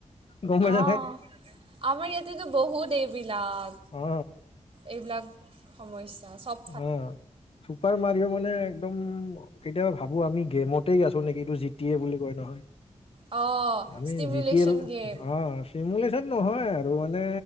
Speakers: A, on the left; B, on the right.
A: গম পাইছানে
B: অঁ' আমাৰ ইয়াতেতো বহুত এইবিলাক।
A: অ
B: এইবিলাক সমস্যা চব-
A: অঁ' চুপাৰ মাৰিও মানে একদম- কেতিয়াবা ভাবো আমি গেমতেই আছো নেকি, এইটো জিটিয়ে বুলি কয় নহয়।
B: অ',
A: আমি
B: stimulation
A: G T L,
B: game.
A: অঁ'। নিমুলেশ্যন নহয় আৰু মানে